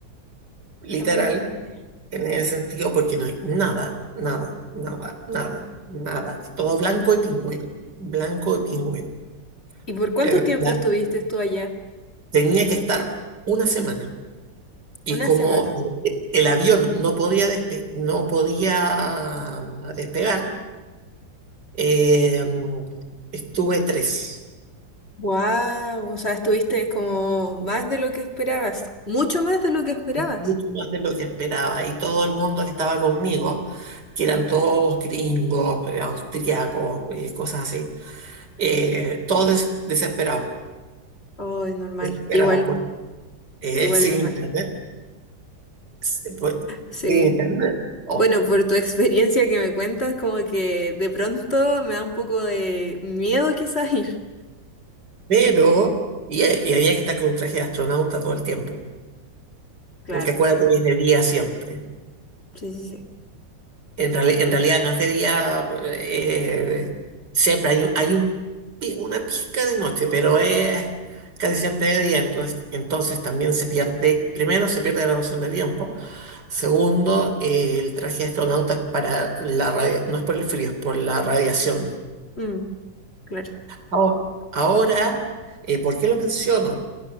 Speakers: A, on the right; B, on the left.
A: literal,
B: Oh, eh.
A: en ese sentido, porque no hay nada, nada, nada, nada, nada. Es todo blanco y pingüino. Blanco y pingüino.
B: ¿y por cuánto
A: Eh,
B: tiempo
A: la-
B: estuviste tú allá?
A: tenía que estar una semana. Y
B: Una
A: como
B: semana.
A: el avión no podía despe- no podía despegar, Eh, estuve tres,
B: Wow, o sea, estuviste como más de lo que esperabas, mucho más de lo que esperabas.
A: mucho más de lo que esperaba. Y todo el mundo que estaba conmigo, que eran todos gringos, eh, austriacos, eh, cosas así, eh, todos des- desesperados,
B: Oh, normal,
A: desesperados
B: igual,
A: por- eh,
B: igual
A: sin
B: normal.
A: internet, s- pues,
B: Sí.
A: sin internet, ojo.
B: Bueno, por tu experiencia que me cuentas, como que de pronto me da un poco de miedo quizás ir.
A: Pero, y, eh, y había que estar con un traje de astronauta todo el tiempo,
B: Claro,
A: porque acuérdate
B: sí.
A: que es de día siempre.
B: Sí, sí,
A: En reali- en realidad no es de día, eh, siempre hay, un- hay un, pi- una pizca de noche, pero es casi siempre de día, entonces, entonces también se pierde, primero se pierde la noción de tiempo, segundo, eh, el traje de astronauta es para la radio, no es por el frío, es por la radiación.
B: sí. Mm, claro.
A: Ahora, ahora, eh, ¿por qué lo menciono?